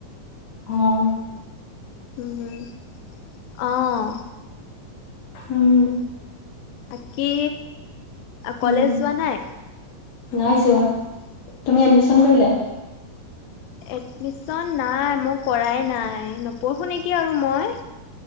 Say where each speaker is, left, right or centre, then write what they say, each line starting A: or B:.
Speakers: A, on the left; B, on the left.
A: অঁ
B: উম্- অ্ঁ।
A: উম্
B: বাকি- কলেজ
A: উম
B: যোৱা নাই?
A: নাই যোৱা। তুমি এডমিশন কৰিলা?
B: এডমিশন নাই মই কৰাই নাই নপঢ়ো নেকি আৰু মই।